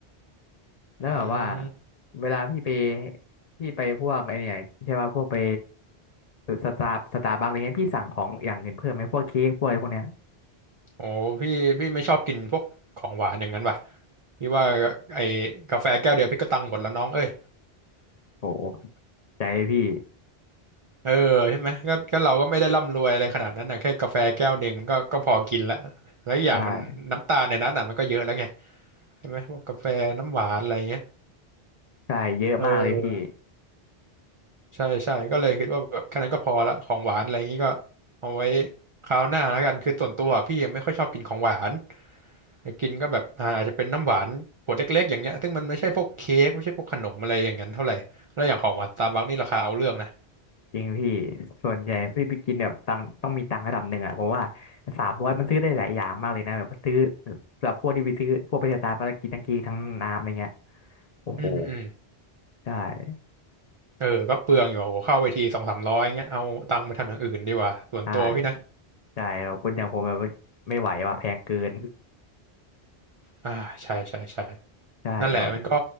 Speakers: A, on the left; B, on the right.
A: แล้วแบบว่า
B: อืม
A: เวลาพี่ไปพี่ไปพวกไอเนี่ยใช่ว่าพวกไปสตาร์สตาร์บัคอะไรเงี้ยพี่สั่งของอย่างอื่นเพิ่มไหมพวกเค้กพวกอะไรพวกเนี้ย
B: โอ้พี่พี่ไม่ชอบกินพวกของหวานอย่างนั้นว่ะ พี่ว่าไอ้กาแฟแก้วเดียวพี่ก็ตังค์หมดแล้วน้องเอ้ย
A: โหใจเลยพี่
B: <laughs> เออใช่ไหมก็ก็เราก็ไม่ได้ร่ำรวยอะไรขนาดนั้นนะแค่กาแฟแก้วหนึ่งมันก็ก็พอกินละแล้วอกอย่างมันน้ำตาลในนั้นอ่ะมันก็เยอะแล้วไง
A: ใช่
B: ใช่ไหมพวกกาแฟน้ำหวานอะไรเงี้ย
A: ใช่เยอะมากเลยพี่
B: เออ ใช่ใช่ก็เลยคิดว่าแบบแค่นั้นก็พอละของหวานอะไรอย่างนี้ก็เอาไว้คราวหน้าแล้วกันคือส่วนตัวพี่ไม่ค่อยชอบกินของหวานอยากกินก็แบบอาอาจจะเป็นน้ำหวานขวดเล็กๆอย่างเงี้ยซึ่งมันไม่ใช่พวกเค้กไม่ใช่พวกขนมอะไรอย่างนั้นเท่าไหร่แล้วอย่างของหวานสตาร์บัคนี่ราคาเอาเรื่องนะ
A: จริงพี่ส่วนใหญ่พี่ไปกินแบบตังค์ต้องมีตังค์ระดับหนึ่งอ่ะเพราะว่าสามร้อยมันซื้อได้หลายอย่างมากเลยนะแบบซื้อแบบพวกที่ไปซื้อพวกไปสตาร์บัคกินทั้งเค้กทั้งน้ำอะไรเงี้ยโอ้โห
B: อืมอืม
A: ใช่
B: เออก็เปลืองอยู่เข้าไปทีสองสามร้อยเงี้ยเอาตังค์ไปทำอย่างอื่นดีกว่าส่วนตัวพี่นะ
A: ใช่ใช่ครับคนอย่างผมแบบไม่ไหวว่ะแพงเกิน
B: อ่าใช่ใช่ใช่
A: ใช่แล้วอะ
B: นั่นแหละมันก็